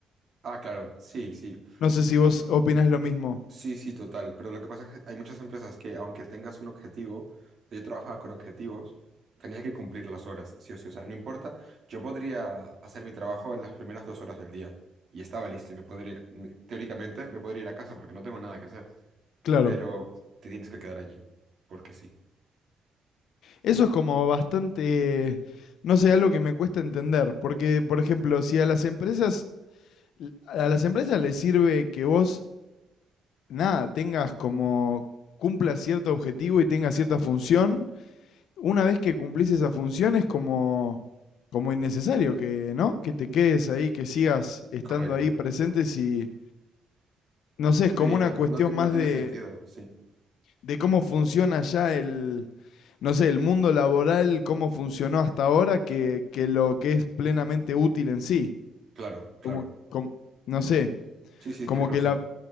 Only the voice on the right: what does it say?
Ah, claro, sí, sí.
Sí, sí, total. Pero lo que pasa es que hay muchas empresas que, aunque tengas un objetivo, yo trabajaba con objetivos, tenías que cumplir las horas, sí o sí. O sea, no importa, yo podría hacer mi trabajo en las primeras dos horas del día y estaba listo y me podría, me- teóricamente, me podría ir a casa porque no tengo nada que hacer.
Pero te tienes que quedar allí, porque sí.
Correcto.
Sí,
no,
no, ti- no
tiene
sentido, sí.
Claro, claro.
Sí, sí,
tienes razón.